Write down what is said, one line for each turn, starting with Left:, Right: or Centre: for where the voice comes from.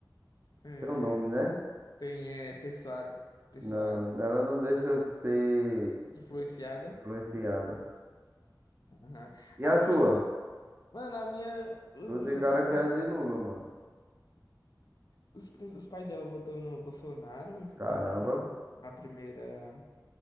Left: É,
Right: teu nome, né?
Left: tem é, pessoa, pessoas
Right: Não, ela não deixa ser
Left: influenciadas.
Right: influenciada.
Left: Aham.
Right: E
Left: A
Right: a tua?
Left: minha. Mano, a minha. Os
Right: Tu
Left: meus-
Right: tem cara
Left: os pais
Right: que é de Lula, mano.
Left: Os, pres- os pais dela votou no Bolsonaro,
Right: Caramba.
Left: a primeira, a primeira